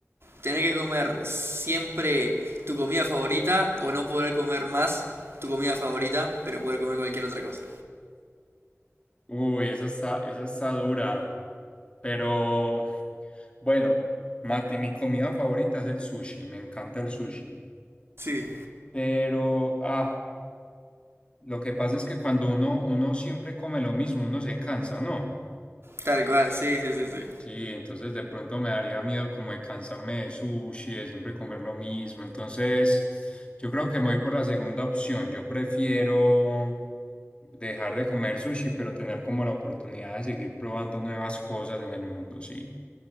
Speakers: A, on the right; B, on the left.
A: tener que comer siempre tu comida favorita o no poder comer más tu comida favorita, pero poder comer cualquier otra cosa.
B: Uy, esa está, esa está dura. Pero bueno, Mati, mi comida favorita es el sushi, me encanta el sushi.
A: Sí,
B: Pero, ah, lo que pasa es que cuando uno, uno siempre come lo mismo, uno se cansa, ¿no?
A: tal cual, sí, sí, sí, sí.
B: Sí, entonces de pronto me daría miedo como de cansarme de sushi, de siempre comer lo mismo. Entonces, yo creo que me voy por la segunda opción. Yo prefiero dejar de comer sushi, pero tener como la oportunidad de seguir probando nuevas cosas en el mundo, sí.